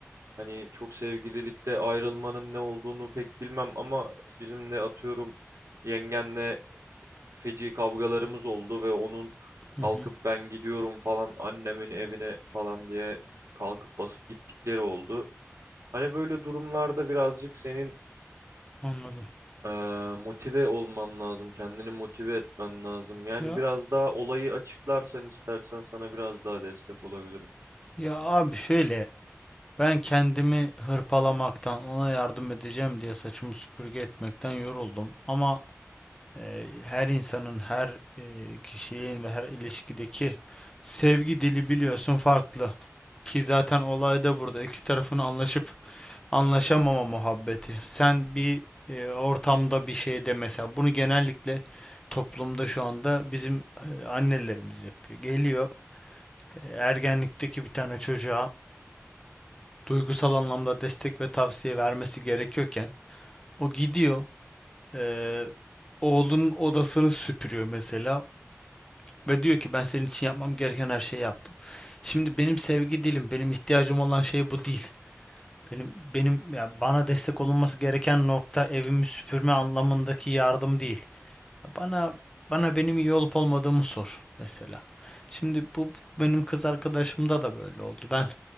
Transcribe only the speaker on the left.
Hı hı,
anladım.
Ya
ya abi şöyle Ben kendimi hırpalamaktan, ona yardım edeceğim diye saçımı süpürge etmekten yoruldum. Ama e, her insanın, her e, kişinin ve her ilişkideki sevgi dili biliyorsun farklı. Ki zaten olay da burada. İki tarafın anlaşıp anlaşamama muhabbeti. Sen bir e, ortamda bir şeyde mesela bunu genellikle toplumda şu anda bizim e, annelerimiz yapıyor. Geliyor e, ergenlikteki bir tane çocuğa duygusal anlamda destek ve tavsiye vermesi gerekiyorken o gidiyor eee, oğlunun odasını süpürüyor mesela ve diyor ki ben senin için yapmam gereken her şeyi yaptım. Şimdi benim sevgi dilim, benim ihtiyacım olan şey bu değil. Benim benim ya bana destek olunması gereken nokta evimi süpürme anlamındaki yardım değil. Bana bana benim iyi olup olmadığımı sor mesela. Şimdi bu benim kız arkadaşımda da böyle oldu. Ben